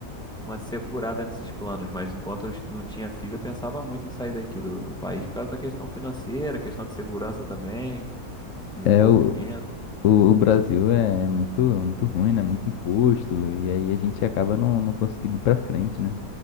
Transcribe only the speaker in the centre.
uma segurada nesses planos. Mas enquanto eu não tinha filho, eu pensava muito em sair daqui do, do país por causa da questão financeira, questão de segurança também, desenvolvimento.